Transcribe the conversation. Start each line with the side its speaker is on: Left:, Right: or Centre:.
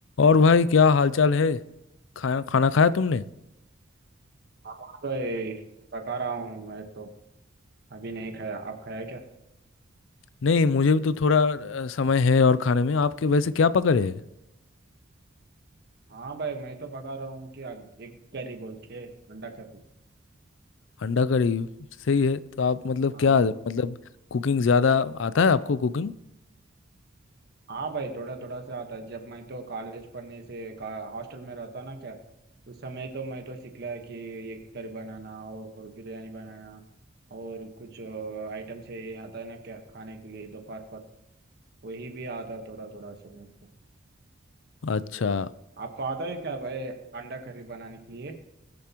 Left: और भाई क्या हालचाल है खाना खाना खाया तुमने
Right: हाँ भाई पका रहा हूँ मैं तो अभी नहीं खाया आप खाया क्या
Left: नहीं मुझे भी तो थोड़ा अ, समय है और खाने में आपके वैसे क्या पकड़ है
Right: हाँ भाई मैं तो पका रहा हूँ कि एक करी बोल के अंडा करी
Left: अंडा करी सही है तो आप मतलब
Right: हाँ
Left: क्या
Right: भाई
Left: मतलब कुकिंग ज़्यादा आता है आपको कुकिंग
Right: हाँ भाई थोड़ा थोड़ा सा आता है जब मैं तो कॉलेज पढ़ने से का हॉस्टल में रहता ना क्या उस समय तो मैं तो सीख लिया कि ये करी बनाना और बिरयानी बनाना और कुछ आइटम से ये आता है ना क्या खाने के लिए दोपहर पर वही भी आता थोड़ा थोड़ा सा मेरे को
Left: अच्छा
Right: आपको आता है क्या भाई अंडा करी बनाने के लिए